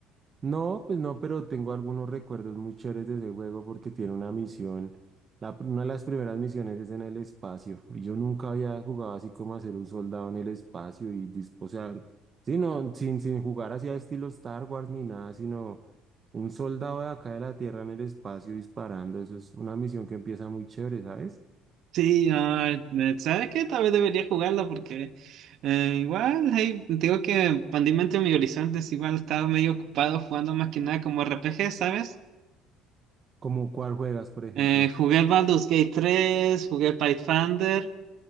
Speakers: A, on the right (about 25°); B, on the right (about 50°).
A: No, pues no, pero tengo algunos recuerdos muy chéveres de ese juego porque tiene una misión. La, pr- una de las primeras misiones es en el espacio. Y yo nunca había jugado así como a ser un soldado en el espacio y, dis- o sea, sí, no, sin, sin jugar así a estilo Star Wars ni nada, sino un soldado de acá de la Tierra en el espacio disparando. Eso es una misión que empieza muy chévere, ¿sabes?
B: Sí, ah, eh, ¿sabes qué? Tal vez debería jugarlo porque eh, igual, hey, tengo que expandir mi mente mis horizontes, igual estaba medio ocupado jugando más que nada como RPG, ¿sabes?
A: Como cuál juegas, por ejemplo.
B: Eh, jugué el Baldur's Gate tres, jugué Pathfinder.